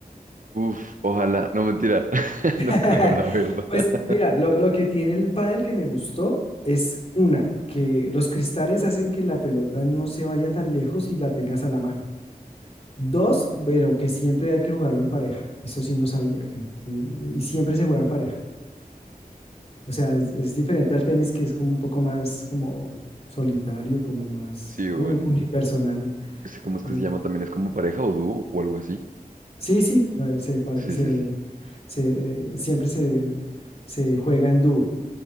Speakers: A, on the right; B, on the left.
A: Uf, ojalá, no mentira, <laughs>
B: <laughs>
A: no creo la verdad.
B: Pues
A: <laughs>
B: mira, lo, lo que tiene el pádel que me gustó es una, que los cristales hacen que la pelota no se vaya tan lejos y la tengas a la mano. Dos, bueno, que siempre hay que jugarlo en pareja. Eso sí no sabía que eh, y siempre se juega en pareja. O sea, es, es diferente al tenis que es como un poco más como solitario, como más
A: Sí, bueno.
B: sí, unipersonal.
A: Ese, ¿Cómo es
B: Eh,
A: que se llama? También es como pareja o dúo o algo así.
B: sí, sí, eh, se, pare-
A: Sí,
B: se,
A: sí, sí.
B: se, eh, siempre se, se juega en dúo.